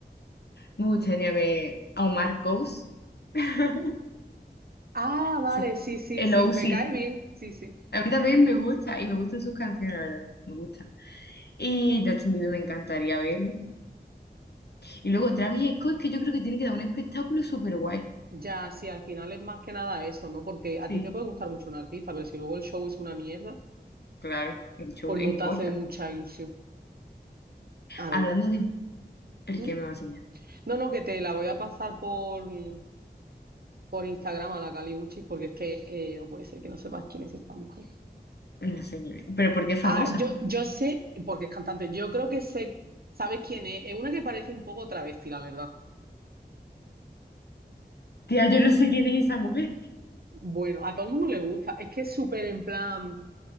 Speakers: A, on the left (about 70°); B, on the right (about 60°).
A: me gustaría ver a Omar Coase. <laughs>
B: Ah, vale,
A: Sí,
B: sí, sí,
A: El
B: sí,
A: OC.
B: me cae bien, sí, sí.
A: A mí también me gusta y me gustan sus canciones, la verdad. Me gusta. Y Justin Bieber me encantaría verlo. Y luego Travis Scott, que yo creo que tiene que dar un espectáculo súper guay.
B: Ya, sí, al final es más que nada eso, ¿no? Porque a
A: Sí,
B: ti te puede gustar mucho un artista, pero si luego el show es una mierda,
A: claro, el show
B: pues
A: no
B: no
A: importa.
B: te hace mucha ilusión. A ver.
A: Hablando de el
B: ¿Mm?
A: que me va a enseñar.
B: No, no, que te la voy a pasar por, mm, por Instagram a la Cali Uchis, porque es que eh, no puede ser que no sepas quién es esta mujer.
A: No sé quién es, Pero porque es famosa.
B: Ah, yo, yo sé, porque es cantante, yo creo que sé, ¿sabes quién es? Es una que parece un poco travesti, la verdad.
A: Tía, yo no sé quién es esa mujer.
B: Bueno, a todo el mundo le gusta. Es que es súper en plan.